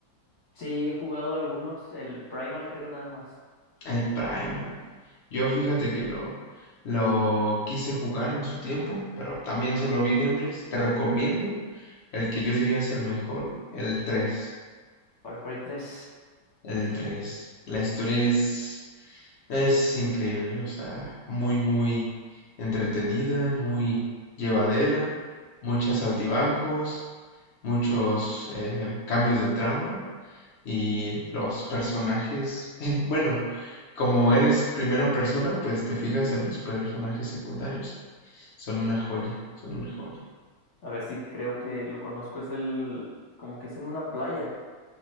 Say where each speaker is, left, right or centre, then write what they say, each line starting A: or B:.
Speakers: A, on the left; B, on the left.
A: Sí, he jugado algunos, el Primal creo nada más.
B: El Primal. Yo fíjate que lo, lo quise jugar en su tiempo, pero también solo vi gameplays. Te recomiendo el que yo diría es el mejor, el tres
A: Far Cry tres,
B: El tres La historia es, es increíble, o sea, muy, muy entretenida, muy llevadera, muchos altibajos, muchos eh, cambios de trama y los personajes, <laughs> en- bueno, como eres primera persona, pues te fijas en los personajes secundarios y son una joya, son una joya.
A: A ver si creo que lo conozco. Es el, como que es en una playa.